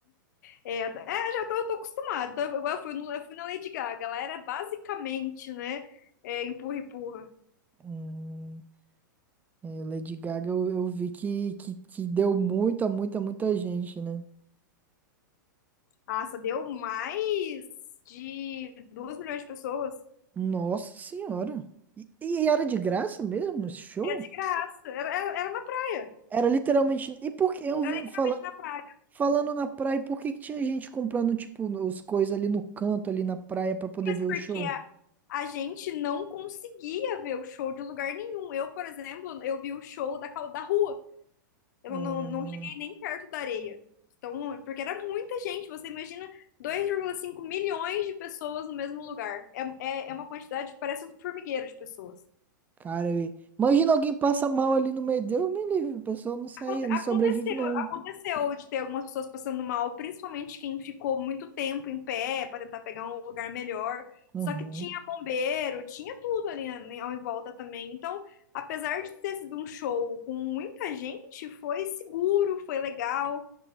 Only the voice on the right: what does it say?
Hum, é, Lady Gaga, eu, eu vi que, que, que deu muita, muita, muita gente, né?
Nossa Senhora. E, e era de graça mesmo esse show?
Era literalmente. E por que eu
vi
fala,
falando na praia, por que que tinha gente comprando, tipo, os coisas ali no canto, ali na praia, pra poder
ver o
show?
Hum,
Cara, eu- imagina alguém passa mal ali no meio. Deus me livre, o pessoal não sai,
não
sobrevive, não.
Uhum.